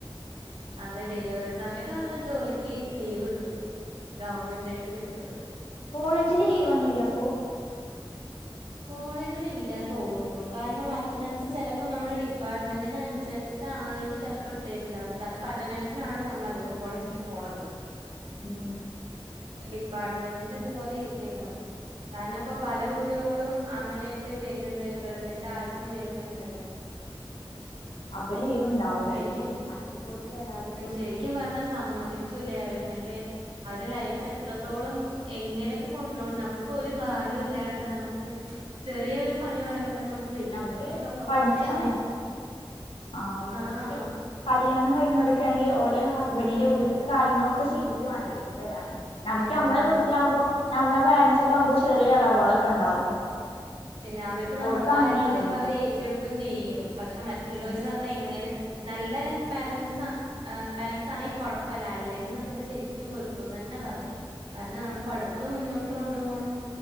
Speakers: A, on the right; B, on the left.
A: അതെ ഡെലിവറി സമയത്ത അത ജോലിക്ക് ലീവ് കിട്ടും ഗവൺമെന്റ് ആായിട്ട് തരുന്നത്
B: കോളേജില് ലീവ് ഒന്നുംല്ലപ്പൊ
A: കോളേജിലല്ല തോന്നുന്നു കാരണം അറ്റൻഡൻസ് ചിലപ്പോ നമ്മുടെ ഡിപ്പാർട്ട്മെന്റിന അനുസരിച്ചിട്ടാണെങ്കിൽ ചിലപ്പോൾ ഇട്ട്ട്ടുണ്ടാവും കാരണം അറ്റൻ ആണല്ലോ നമ്മൾ അധികവും കോളേജിലെക്ക് പോണതാ
B: ഉം
A: ഡിപ്പാർട്ട്മെന്റിന്റെ ഇതുപോലെ ഇരിക്കണ്ടോ കാരണം ഇപ്പ പല കുട്ടികളും അങ്ങനൊയിട്ട് വരുന്നുണ്ട് പ്രഗ്നന്റ് ആയി ഒട്ടും വരുന്നുണ്ടല്ലോ
B: അപ്പൊ ലീവ് ഉണ്ടാവൂലായിരിക്കും
A: ശരിക്കും
B: അല്ലെങ്കിൽ പോല് വരാതിക്കും
A: ഉം ശരിക്കും പറഞ്ഞാൽ സമ്മതിച്ചുലേ അവര് അൊക്കെ അവടെ ലൈഫ് എത്രത്തോളം എങ്ങനെയൊക്കെ കൊണ്ടപടും നമ്മൾക്ക് ഒരു ഭാരം ഇല്ലാണ്ട് നമുക്ക് ചെറിയ ഒരു പണി പറയുമ്പോ തന്നെ നമു വെയ്യ
B: നമുക്ക്
A: പക്ഷെ ഇതൊക്കപ്പാടെ
B: പഠിച്ചാ
A: എങ്ങനെ
B: മതി ആ ഇവർക്ക്
A: ആഹ്
B: കല്യാണം കഴിഞ്ഞ ക്കെങ്കിൽ ഓലെ ഹസ്ബൻഡിന്റെ വീട്ടത്തെ കാര്യങ്ങളൊക്കെ ചെയ്തിട്ട് വേണ്ടേ വരാാന് നമ്മുക്ക്
A: പിന്നെന്താ
B: നമ്മളെ വീട്ടിലാകുമ്പോ നമ്മളെ പേരൻസ് ഒക്കെ ആകുമ്പോ ചെറിയ ഇളവളൊക്കെ ഉണ്ടാവും
A: പിന്നെ അവർക്ക് നമ്മുടെ
B: ഓൽക്ക്
A: കാര്യം
B: അങ്ങനെയല്ലല്ലോ
A: പറയുമ്പോ അവര് ഏറ്റെടുക്കുകയും ചെയ്യും പക്ഷെ മറ്റുള്ളവരന്ന്
B: ഉം
A: പറഞ്ഞാൽന അ നല്ല പാരൻസ് പാരന്സ് ആണെങ്കിൽ കുഴപ്പല്ല അല്ലെങ്കിൽ നമ്മള് ശരിക്കും പെ ന്ന് തന്നെ പറയാം കാരണം നമ്മുടെ പഠിത്തം മുന്നോട്ട് കൊണ്ടു പോണം